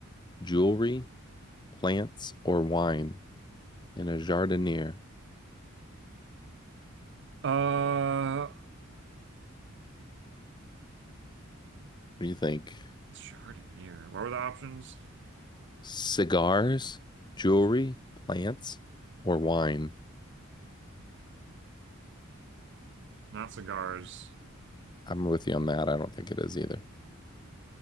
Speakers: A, on the left; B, on the right.
A: jewelry, plants, or wine in a jardiniere,
B: Uh,
A: What do you think?
B: Chardonnay. What were the options?
A: Cigars, jewelry, plants, or wine?
B: Not cigars.
A: I'm with you on that. I don't think it is either.